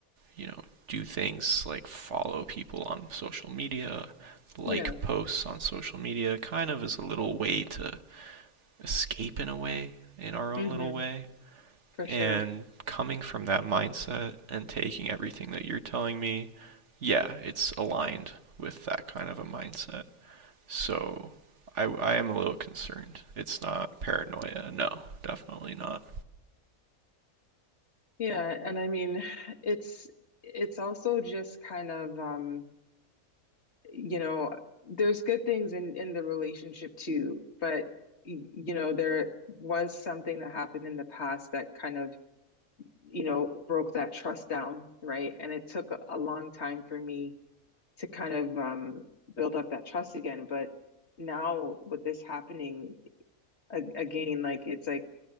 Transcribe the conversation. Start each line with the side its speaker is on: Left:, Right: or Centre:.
Right: you know, do things like follow people on social media, like
Left: Yeah.
Right: posts on social media kind of as a little way to escape in a way, in our own
Left: hmm
Right: little way.
Left: For
Right: And
Left: sure.
Right: coming from that mindset and taking everything that you're telling me, yeah, it's aligned with that kind of a mindset. So I, I am a little concerned. It's not paranoia. No, definitely not.
Left: Yeah, and I mean it's it's also just kind of um you know, there's good things in in the relationship too, but y- you know, there was something that happened in the past that kind of, you know, broke that trust down, right? And it took a, a long time for me to kind of um build up that trust again, but now with this happening a- again, like it's like